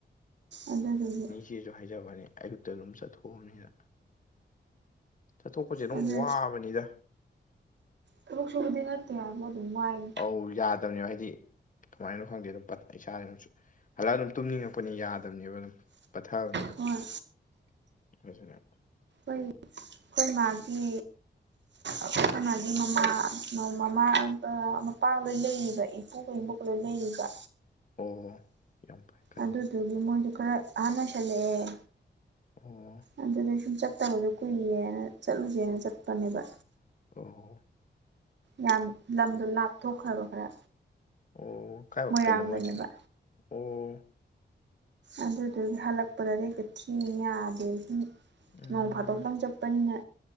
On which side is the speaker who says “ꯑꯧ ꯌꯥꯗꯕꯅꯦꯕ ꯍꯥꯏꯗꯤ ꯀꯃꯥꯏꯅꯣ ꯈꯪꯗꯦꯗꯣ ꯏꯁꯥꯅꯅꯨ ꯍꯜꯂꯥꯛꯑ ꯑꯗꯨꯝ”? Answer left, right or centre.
Left